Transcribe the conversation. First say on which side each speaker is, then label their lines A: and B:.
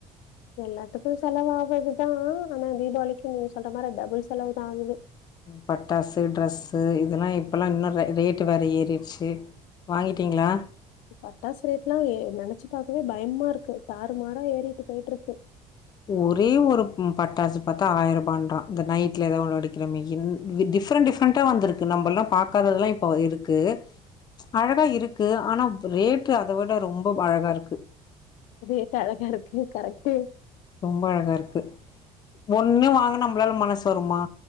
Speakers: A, on the left; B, on the left.
A: எல்லாத்துக்கும் செலவாகுதுதான் ஆனா தீபாவளிக்கு நீங்க சொல்ற மாதிரி டபுள் செலவுதான் ஆகுது
B: பட்டாசு ட்ரெஸ்ஸு இதெல்லாம் இப்பல்லாம் இன்னும் ரேட்டு் வேற ஏறிடுச்சு வாங்கிட்டீங்களா
A: பட்டாசு ரேட்டுல்லாம் ஏ நினைச்சு பாக்கவே பயமா இருக்கு தாறுமாறா ஏறிட்டு போயிட்ருக்கு
B: ஒரே ஒரு பட்டாசு பார்த்தா ஆயிரம் ரூபான்றான் இந்த நைட்ல ஏதாவ ஒன்னு வெடிக்கிறமே டிஃப்ரெண்ட் டிஃப்ரெண்ட்டா வந்திருக்கு நம்ம எல்லாம் பாக்காதது எல்லாம் இப்ப இருக்கு அழகா இருக்கு ஆனா ரேட்டு அதை விட ரொம்ப அழகா இருக்கு
A: ரேட் அழகா இருக்கு கரெக்ட்டு
B: ரொம்ப அழகா இருக்கு ஒண்ணு வாங்க நம்மளால மனசு வருமா